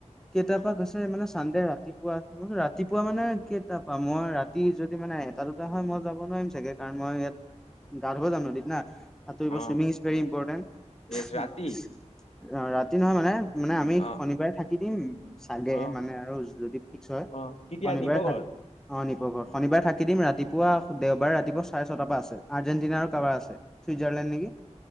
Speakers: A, in the centre; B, on the left.
A: কেইটাৰ পৰা গৈছে মানে চানডে ৰাতিপুৱা ৰাতিপুৱা মানে কেইটাৰ পৰা মই ৰাতি। ই যদি মানে এটা দুটা হয় মই যাব নোৱাৰিম চাগে কাৰণ মই ইয়াত গা ধুব যাম নদীত না। সাঁতুৰিব
B: অ
A: চুইমিং ইজ ভেৰি ইম্পৰটেণ্ট
B: য়েছ ৰাতি
A: ৰাতি নহয় মানে। মানে আমি
B: অ
A: শনিবাৰে থাকি দিম। চাগে
B: অ
A: মানে আৰু যদি ফিক্স হয়
B: অ কেতিয়া
A: শনিবাৰে
B: নিপ
A: থাকে
B: ঘৰত
A: অ নিপঘৰ শনিবাৰে থাকে। কেইদিন ৰাতিপুৱা
B: অ
A: দেওবাৰ ৰাতিপুৱা চাৰে ছটা পৰা আছে আৰ্জেণ্টিনা কাৰোবাৰ আছে ছুইজাৰলেণ্ড নেকি।